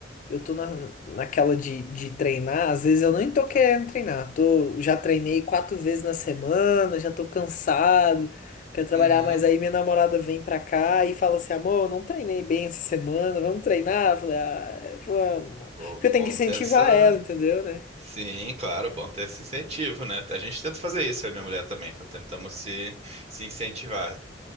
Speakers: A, on the left; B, on the right.
A: eu tô na, naquela de, de treinar, às vezes eu nem tô querendo treinar. Tô, já treinei quatro vezes na semana, já tô cansado, quero trabalhar,
B: Uhum.
A: mas aí minha namorada vem pra cá e fala assim, amor, eu não treinei bem essa semana, vamos treinar? Eu falei, ah, é, vamos.
B: Bom,
A: Porque eu
B: bom
A: tenho que incentivar
B: ter essa.
A: ela, entendeu, né?
B: Sim, claro, bom ter esse incentivo, né? A gente tenta fazer isso, eu e minha mulher também. Tentamos se, se incentivar.